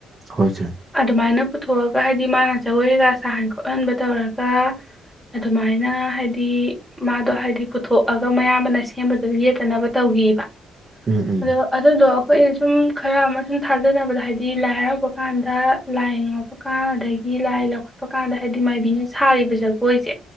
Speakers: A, on the right; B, in the centre.
A: ꯍꯣꯏꯁꯦ
B: ꯑꯗꯨꯃꯥꯏꯅ ꯄꯨꯊꯣꯛꯑꯒ ꯍꯥꯏꯗꯤ ꯃꯥꯅ ꯖꯒꯣꯏꯒ ꯁꯥꯍꯟ ꯈꯣꯠꯍꯟꯕ ꯇꯧꯔꯒ ꯑꯗꯨꯃꯥꯏꯅ ꯍꯥꯏꯗꯤ ꯃꯥꯗꯣ ꯍꯥꯏꯗꯤ ꯄꯨꯊꯣꯛꯑꯒ ꯃꯌꯥꯝꯕꯅ ꯁꯦꯝꯕꯗ ꯌꯦꯠꯇꯅꯕ ꯇꯧꯈꯤꯕ
A: ꯎꯝ ꯎꯝ
B: ꯑꯗꯣ ꯑꯗꯨꯗꯣ ꯑꯩꯈꯣꯏ ꯁꯨꯝ ꯈꯔ ꯑꯃ ꯁꯨꯝ ꯊꯥꯖꯅꯕꯗ ꯍꯥꯏꯗꯤ ꯂꯥꯏ ꯍꯔꯥꯎꯕ ꯀꯥꯟꯗ ꯂꯥꯏ ꯉꯥꯎꯄ ꯀꯥꯟ ꯑꯗꯒꯤ ꯂꯥꯏ ꯂꯧꯈꯠꯄ ꯀꯥꯟꯗ ꯍꯥꯏꯗꯤ ꯃꯥꯏꯕꯤꯅ ꯁꯥꯔꯤꯕ ꯖꯒꯣꯏꯁꯦ